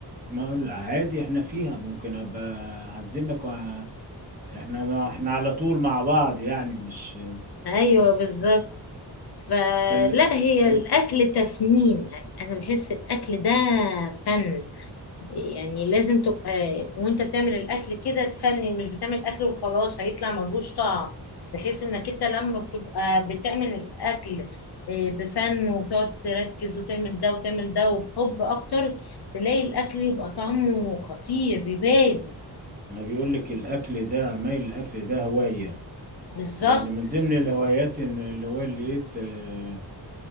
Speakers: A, on the right; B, on the left.
A: ما اقول عادي احنا فيها ممكن ابقى اعزمك وع- احنا احنا على طول مع بعض يعني مش
B: ايوه بالظبط فلا
A: فال
B: هي
A: ال-
B: الاكل تفنين يعني انا بحس الاكل ده فن يعني لازم تبقى وانت بتعمل الاكل كده تفنن مش بتعمل اكل وخلاص هيطلع ملوش طعم بحيث انك انت لما بتبقى بتعمل الاكل آه، بفن وتقعد تركز وتعمل ده وتعمل ده وبحب اكتر تلاقي الاكل يبقى طعمه خطير بيبان
A: ما بيقول لك الاكل ده عمايل الاكل ده هوايه
B: بالظبط
A: يعني من ضمن الهوايات ان اللي هو اللي إيه ت-